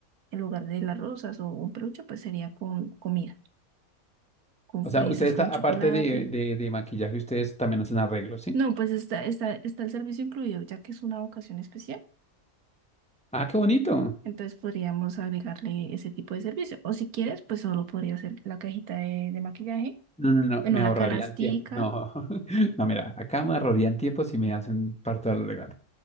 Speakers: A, on the right; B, in the centre.
A: en lugar de las rosas o un peluche, pues sería con comida, con
B: O
A: fresas,
B: sea, usted está,
A: con chocolate.
B: aparte de, de, de maquillaje, ustedes también hacen arreglos, ¿sí?
A: No, pues está, está, está el servicio incluido, ya que es una ocasión especial.
B: Ah, qué bonito.
A: Entonces podríamos agregarle ese tipo de servicio. O si quieres, pues solo podría ser la cajita de, de maquillaje
B: No, no, no,
A: en
B: me
A: una
B: ahorrarían
A: canastica
B: tiempo. No, <laughs> no, mira, acá me ahorrarían tiempo si me hacen parte del regalo,